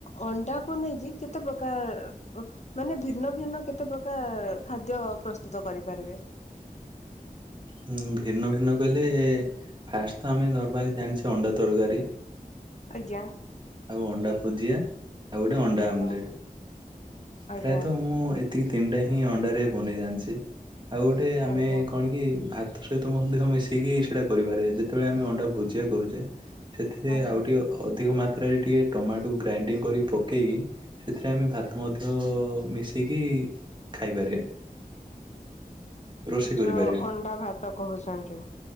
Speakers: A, on the left; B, on the right.
A: ଅଣ୍ଡାକୁ ନେଇକି କେତେ ପ୍ରକାର ମାନେ ଭିନ୍ନ ଭିନ୍ନ କେତେ ପ୍ରକାର ଖାଦ୍ୟ ପ୍ରସ୍ତୁତ କରିପାରିବେ।
B: ହୁଁ ଭିନ୍ନ ଭିନ୍ନ କହିଲେ ଫାଷ୍ଟ ତ ଆମେ ନର୍ମାଲି ଜାଣିଛେ ଅଣ୍ଡା ତରକାରୀ।
A: ଆଜ୍ଞା।
B: ଆଉ ଅଣ୍ଡା ଭୁଜିଆ ଆଉ ଗୋଟେ ଅଣ୍ଡା
A: ଆଜ୍ଞା
B: ଆମ୍ଲେଟ।
A: ଆଜ୍ଞା
B: ପ୍ରାୟତଃ ମୁଁ ଏତିକି ତିନିଟା ହିଁ ଅଣ୍ଡାରେ ବନେଇ ଜାଣିଚି। ଆଉ ଗୋଟେ ଆମେ
A: ଆଜ୍ଞା
B: କଣ କି ଭାତ ତା ସହିତ ଦେହ ମିଶେଇିକି ସେଇଟା କରିପାରିବା ଯେତେବେଳେ ଆମେ ଅଣ୍ଡା ଭୁଜିଆ କରୁଛେ ସେଥିରେ
A: ଆଜ୍ଞା।
B: ଆଉ ଟିକେ ଅଧିକ ମାତ୍ରାରେ ଟିକେ ଟମାଟକୁ ଗ୍ରାଇଣ୍ଡିଙ୍ଗ କରିକି ପକେଇକି ସେଥିରେ ଆମେ ଭାତ ତ ମଧ୍ୟ ମିଶେଇକି ଖାଇପାରିବା। ରୋଷେଇ
A: ଯୋଉ
B: କରିପାରିବା।
A: ଅଣ୍ଡା ଭାତ କହୁଛନ୍ତି।